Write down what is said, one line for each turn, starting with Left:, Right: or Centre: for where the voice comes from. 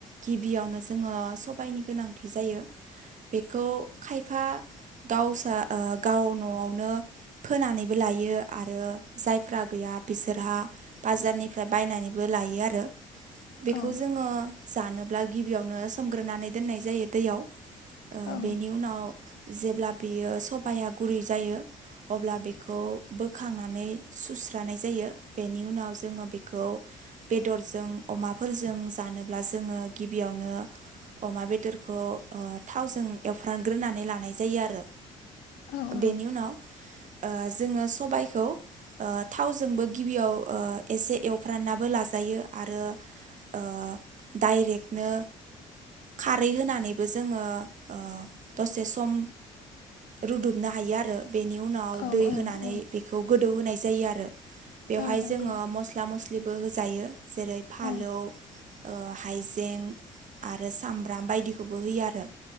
Right: गिबियावनो जोङो सबाइनि गोनांथि जायो बेखौ खायफा गावसा ओ गाव नआवनो फोनानै बो लायो आरो जायफ्रा गैया बिसोरहा बाजारनिफ्राय बा बो लायो आरो बेखौ
Left: औ
Right: जोङो जानोब्ला गिबियावनो सोमग्रोनानै दोननाय जायो दैयाव ओ
Left: औ
Right: बेनि उनाव जेब्ला बियो सबाया गुरै जायो अब्ला बेखौ बोखांनानै सुस्रानाय जायो बेनि उनाव जोङो बेखौ बेदरजों अमाफोरजों जानोब्ला जोङो गिबियावनो अमा बेदरखौ ओ थावजों एवफ्रामग्रोनानै लानाय जायो आरो
Left: औ
Right: बेनि
Left: औ
Right: उनाव ओ जोङो सबाइखौ ओ थावजोंबो गिबियाव ओ एसे एव फोराननाबो लाजायो आरो ओ डाइरेक्टनो खारै होनानै जों ओ दसे सम रुदुबनो हायो आरो बेनि उनाव
Left: औ
Right: दै
Left: औ
Right: होनानै
Left: औ
Right: बेखौ गोदौ होनाय जायो आरो बेयावहाय
Left: औ नंगौ
Right: जोङो मस्ला मस्लि बो होजायो जेरै फालौ
Left: औ
Right: ओ हायजें आरो सामब्राम बायदिखौबो होयो आरो